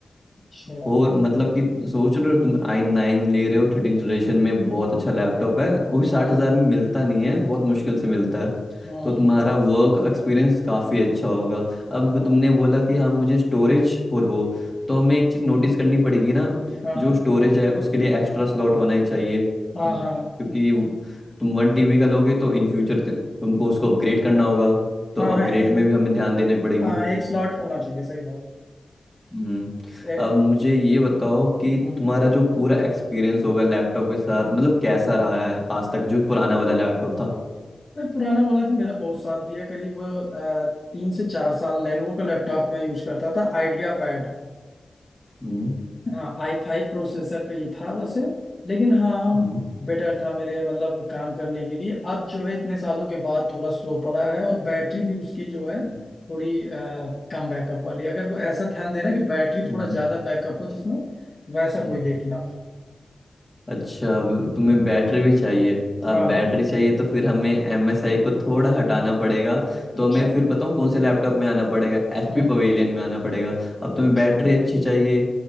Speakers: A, on the left; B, in the centre.
A: अच्छा
B: और मतलब कि सोच रहे हो तुम आई नाइन ले रहे हो थर्टीन जनरेशन में बहुत अच्छा लैपटॉप है वो भी साठ
A: हाँ
B: हजार में मिलता नहीं है बहुत मुश्किल से मिलता है
A: हाँ
B: तो तुम्हारा
A: हाँ
B: वर्क एक्सपीरियंस काफ़ी अच्छा होगा अब
A: वाह
B: तुमने बोला कि हाँ मुझे स्टोरेज और वो तो हमें एक चीज़ नोटिस करनी पड़ेगी ना
A: हाँ
B: जो
A: हाँ
B: स्टोरेज है उसके लिए एक्स्ट्रा स्लॉट होना ही चाहिए हम्म,
A: हाँ हाँ
B: क्योंकि
A: हाँ
B: वो- तुम वन टीबी का लोगे तो इन फ्यूचर तुमको उसको अपग्रेड करना होगा तो
A: हाँ
B: अपग्रेड
A: हाँ ए-
B: में भी हमें ध्यान देनी पड़ेगी
A: हाँ, एक स्लॉट होना चाहिए सही बात
B: हम्म
A: एक
B: अब मुझे ये बताओ कि
A: हम्म हम्म
B: तुम्हारा जो पूरा एक्सपीरियंस होगा लैपटॉप के साथ मतलब कैसा रहा है आज तक जो पुराना वाला लैपटॉप था
A: नहीं, पुराना वाला तो मेरा बहुत साथ दिया करीब अ, तीन से चार साल लेनोवो का लैपटॉप मैं यूज करता था आइडिया पैड
B: हम्म
A: हाँ आई फाइव प्रोसेसर पे ही था वैसे लेकिन हाँ
B: हम्म
A: बेटर था मेरे मतलब काम करने के लिए अब जो है इतने सालों के बाद थोड़ा स्लो पड़ा है और बैटरी भी उसकी जो है
B: हम्म
A: थोड़ी अ, कम बैकअप वाली है। अगर वो ऐसा ध्यान देना कि बैटरी
B: हम्म,
A: थोड़ा ज्यादा बैकअप हो जिसमें वैसा
B: हम्म,
A: कोई देखना
B: अच्छा अब तुम्हें बैटरी भी चाहिए
A: हाँ
B: अब बैटरी
A: हाँ
B: चाहिए तो फिर हमें एम एस आई को थोड़ा हटाना पड़ेगा तो
A: अच्छा
B: हमें फिर बताऊँ कौन से लैपटॉप में आना पड़ेगा एच
A: हम्म
B: पी पवेलियन में आना पड़ेगा अब तुम्हें
A: अच्छा,
B: बैटरी अच्छी चाहिए